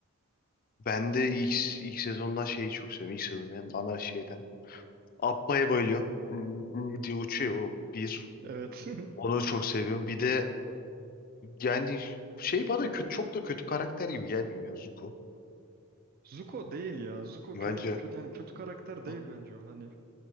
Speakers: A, on the left; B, on the right.
A: Ben de ilk, ilk sezondan şeyi çok seviyorum. İlk sezon benim ana şeyden. Appa'ya bayılıyorum. Ü- ü diye uçuyor o bir.
B: Evet. <laughs>
A: Onu çok seviyorum. Bir de yani şey bana kötü, çok da kötü karakter gibi gelmiyor ya Zuko.
B: Zuko değil ya. Zuko
A: Bence.
B: körü, kötü yani kötü karakter değil
A: Hı,
B: bence o. Hani